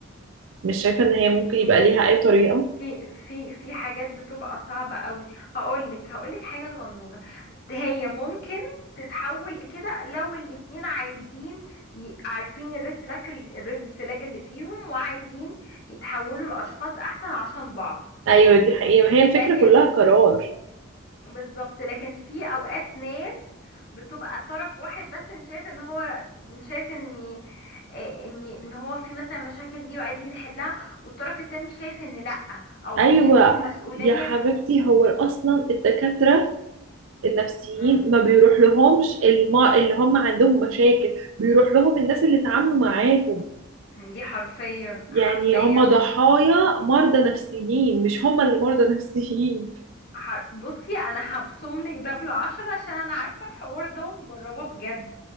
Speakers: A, on the right (about 70°); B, on the left (about 50°).
A: مش شايفة ان هي ممكن
B: مش
A: يبقى ليها اي طريقة
B: في في في حاجات بتبقى صعبة قوي هقولك هقولك حاجة صغنونة هي ممكن تتحول لكده لو الاتنين عايزين ي... عارفين الريد فلاج الريد فلاج اللي فيهم وعايزين يتحولوا لأشخاص أحسن عشان بعض
A: ايوه دي حقيقة ما هي الفكرة
B: لكن
A: كلها قرار
B: بالظبط لكن في أوقات ناس بتبقى طرف واحد بس إن شايف ان هو إن شايف ان آه، ان ان هو في مثلا مشاكل دي وعايزين نحلها والطرف التاني شايف ان لأ او
A: ايوه
B: بيدي المسؤولية
A: يا حبيبتي هو اصلا الدكاترة النفسيين
B: مم.
A: ما بيروح لهمش الم... اللي هم عندهم مشاكل بيروح لهم الناس اللي اتعاملوا معاهم
B: دي حرفيا
A: يعني
B: حرفيا
A: هم ضحايا مرضى نفسيين مش هم اللي مرضى نفسيين
B: حر... بصي انا هبصم لك ده بالعشرة عشان انا عارفه الحوار ده ومجربه بجد